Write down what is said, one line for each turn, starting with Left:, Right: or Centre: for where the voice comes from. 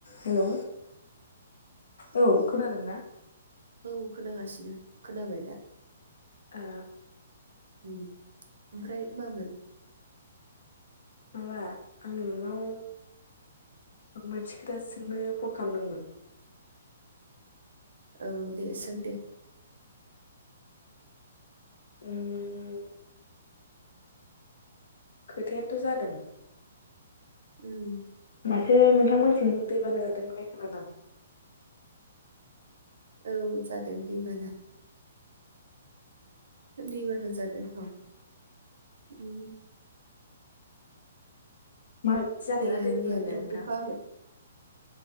Left: Hello, औ खोनादों ना?
Right: औ खोनागासिनो खोनाबाय दा?
Left: ओं
Right: ओम ओमफ्राय मामोन?
Left: माबा आं नोंनाव मोनसे खोथा सोंनो फन खामदोंमोन।
Right: औ दे सों दे
Left: उम खोथायानोथ' जादों
Right: उम
Left: माथो नोंथांमोनथिं दै बाना जादों होननाय खोनादों आं।
Right: औ जादों दैबाना। दैबाना जादोंथ' उम।
Left: माबायदि जानायबा
Right: दैया
Left: दै
Right: मैया
Left: बानाया
Right: बिराद
Left: नोंथां?
Right: अखा हाबाय